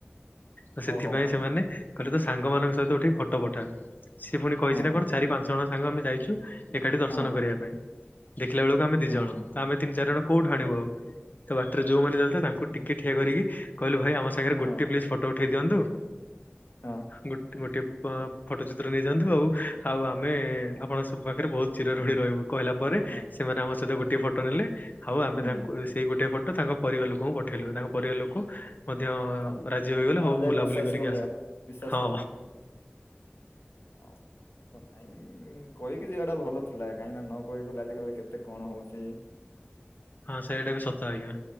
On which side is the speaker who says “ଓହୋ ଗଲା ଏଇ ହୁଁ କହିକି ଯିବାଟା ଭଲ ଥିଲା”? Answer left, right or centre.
Left